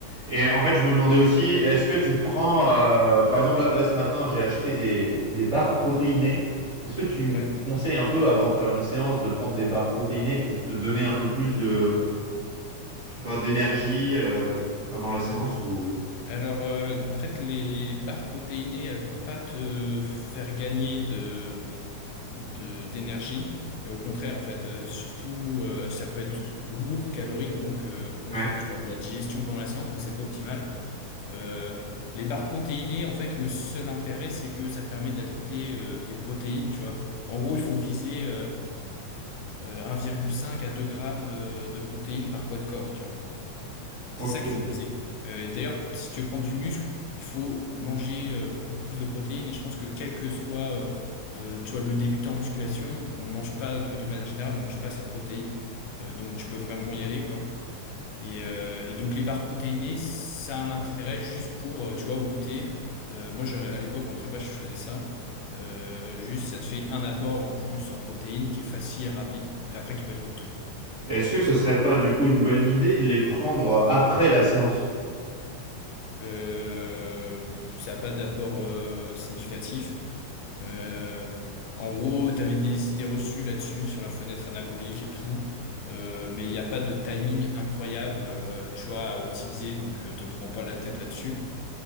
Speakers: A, on the right; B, on the left.
A: Et en fait, je me demandais aussi, est-ce que tu prends, euh, par exemple, là, là, ce matin, j'ai acheté des, des barres protéinées. Est-ce que tu
B: Ouais.
A: conseilles un peu, avant de faire une séance, de prendre des barres protéinées pour te donner un peu plus de, je sais pas, d'énergie, euh, avant la séance ou...
B: Alors, euh, en fait, les barres protéinées, elles vont pas te faire gagner de, de- d'énergie. Et Au contraire, en fait, euh, surtout, euh, ça peut être lourd, calorique, donc euh, au contraire,
A: Ouais.
B: tu peux avoir la digestion pendant la séance, donc c'est pas optimal. Euh, les barres protéinées, en fait, le seul intérêt, c'est que ça te permet d'ajouter euh, des protéines, tu vois. En gros, il faut viser euh, euh, 1,5 à 2 grammes euh, de protéines par poids de corps, tu vois.
A: Ok.
B: C'est ça qu'il faut viser. Euh, et d'ailleurs, pour- si tu veux prendre du muscle, il faut manger euh, beaucoup plus de protéines. Et je pense que quel que soit euh, euh, tu vois, le débutant en musculation, on mange pas, de de manière générale, on mange pas assez de protéines. Euh, donc tu peux vraiment y aller, quoi. Et, euh, et donc les barres protéinées, ça a un intérêt juste pour, euh, tu vois, au goûter. Euh, moi, je- à l'époque, en prépa, je faisais ça. Euh, juste, ça te fait un apport en plus en protéines qui est facile et rapide, mais après qui peut être coûteux.
A: Est-ce que ce serait pas du coup une bonne idée de les prendre après la séance?
B: Euh, ça n'a pas d'apport euh, significatif. Euh, en gros, tu avais des idées reçues là-dessus, sur la fenêtre anabolique et tout, euh, mais il n'y a pas de timing incroyable, euh, tu vois, à optimiser, donc euh, te prends pas la tête là-dessus.